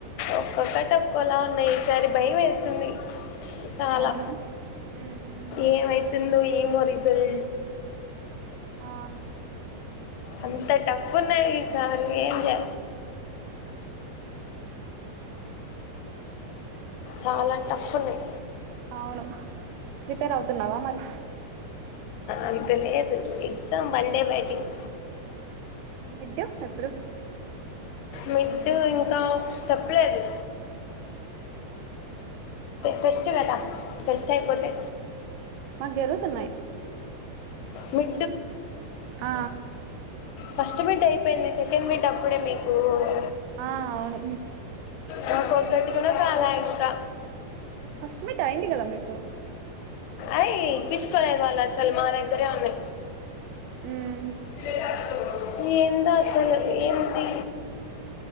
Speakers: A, on the left (about 85°); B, on the right (about 75°).
A: ఒక్క క తక్కువలా ఉన్నాయి ఈసారి భయం వేస్తుంది చాలా
B: అవును మ్మ్
A: ఏమై ఏమో రిజల్
B: ఆ
A: అంత టఫ్ ఉన్నాయి వి సారు ఏం చే చాలా టఫ్ ఉన్నాయి
B: అవును ప్రిపేర్ అవుతున్నావా మరి
A: అంత లేదు exam one day batting
B: mid term ఎప్పుడు
A: మిడ్డు ఇంకా చెప్పలేదు తెస్ట్ కదా కస్ అయిపోతే
B: మాకు జరుగుతున్నాయి
A: మీ
B: ఆ
A: ఫస్ట్ మిడ్ అయిపోయింది సెకండ్ మిడ్ అప్పుడే మీకు ఓహ్
B: ఆ అవును
A: నాకొక్కటికిన కాలా ఇంకా
B: ఫస్ట్ మిడ్ అయింది కదా మీకు
A: అయి పిచ్కలే లా సలమాన్ ఇద్దర అమె
B: ఉమ్
A: వేల్ అయితే అందులో ఏందో అసలు ఎమిది